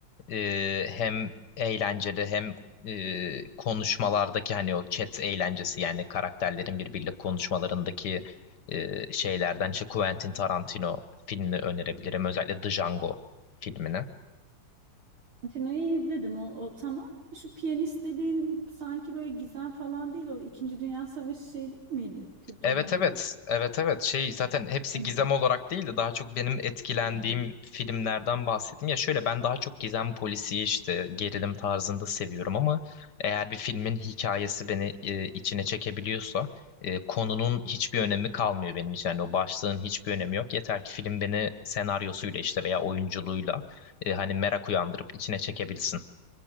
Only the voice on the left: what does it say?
ee, hem eğlenceli hem e, konuşmalardaki hani o chat eğlencesi yani karakterlerin birbiriyle konuşmalarındaki e, şeylerden işte Quentin Tarantino filmini önerebilirim. Özellikle The Django filmini.
Evet
evet. Evet evet. Şey zaten hepsi
gizem olarak değil de daha çok benim etkilendiğim
filmlerden bahsettim. Ya şöyle ben daha çok gizem polisiye işte gerilim tarzında seviyorum ama eğer bir filmin hikayesi beni e, içine çekebiliyorsa e, konunun hiçbir önemi kalmıyor benim için. Yani o başlığın hiçbir önemi yok. Yeter ki film beni senaryosuyla işte veya oyunculuğuyla e, hani merak uyandırıp içine çekebilsin.